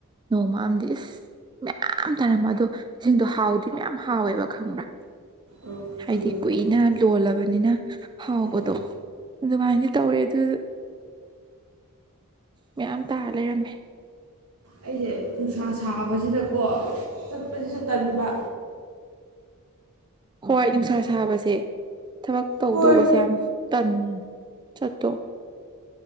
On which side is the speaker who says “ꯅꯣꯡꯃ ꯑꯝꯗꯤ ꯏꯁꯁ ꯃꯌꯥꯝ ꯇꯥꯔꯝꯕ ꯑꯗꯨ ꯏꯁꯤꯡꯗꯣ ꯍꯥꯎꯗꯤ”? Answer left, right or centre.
Right